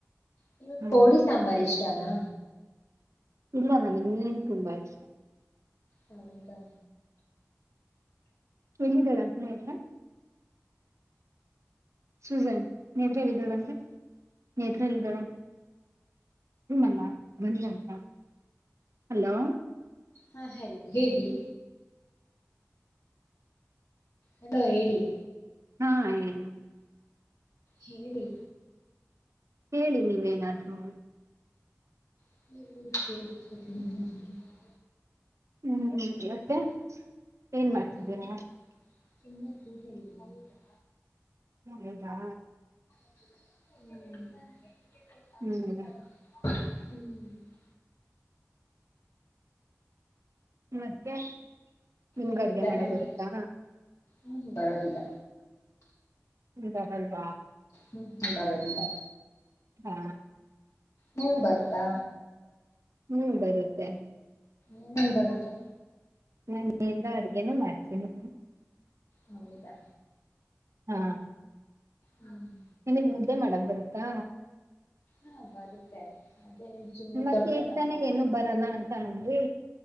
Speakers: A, on the left; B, on the right.
A: ನೀವ
B: ಹ್ಮ್
A: ಕೋಳಿ ಸಾಂಬಾರ್ ಇಷ್ಟನಾ
B: ಇಲ್ಲ ನನಗೆ ನೀನು ತುಂಬಾ ಇಷ್ಟ.
A: ಹೌದಾ.
B: ಎಲ್ಲಿದೆಳ ಅಂತ ನೇತ್ರ. ಸುಜನ ನೆತ್ರ ಎಲ್ಲಿ ಇದ್ದಾಳಂತೆ ನೇತ್ರ ಎಲ್ಲಿ ಇದ್ದಾಳಂತೆ <inaudible> ಹಲೋ
A: ಹಾ ಹಲೋ ಹೇಳಿ. ಹಲೋ ಹೇಳಿ.
B: ಹಾ ಹೇಳಿ.
A: ಹೇಳಿ
B: ಹೇಳಿ ನೀವೇನಾದ್ರು.
A: ಹ ನ <inaudible>
B: ಹ್ಮ್ ಮತ್ತೆ ಏನ್
A: ಹ್ಮ್
B: ಮಾಡ್ತಿದ್ದೀರಾ.
A: ಸುಮ್ಮನೆ ಕೂತಿದ್ದೀನಿ ಹೌದಾ
B: ಹೌದಾ
A: ಹ್ಮ
B: ಹ್ಮ್
A: ಹ್ಮ್
B: ಮತ್ತೆ ನಿನ್ಗ
A: ಏನಿಲ್ಲ
B: ಅಡಗೆ ಮಾಡ
A: ಕಣ್ರಿ
B: ಬರುತ್ತಾ
A: ಹ್ಮ್ ಬರೋದಿಲ್ಲ
B: ಇದರಲ್ವ.
A: ಹ್ಮ್ ಬರದಿಲ್ಲ.
B: ಹಾ
A: ನಿಂಗ ಬಂತಾ
B: ಹ್ಮ್ ಬರುತ್ತೆ
A: ಏನೇನ್ ಬರುತ್ತೆ
B: ನಾನು ಎಲ್ಲ ಅಡುಗೆನೂ ಮಾಡ್ತೀನಿ
A: ಹೌದಾ
B: ಹಾ
A: ಹ್ಮ್
B: ನಿನಗ ಮುದ್ದೆ ಮಾಡಕ್ ಬರುತ್ತಾ
A: ಹಾ ಬರುತ್ತೆ ಅದೇ ಸುಮ್ನೆ
B: ಮತ್ತೆ
A: ತೊಟ್ಟದಲ್ವಾ
B: ಈಗ ತಾನ ಏನು ಬರಲ್ಲ ಅಂತ ಅನ್ರಿ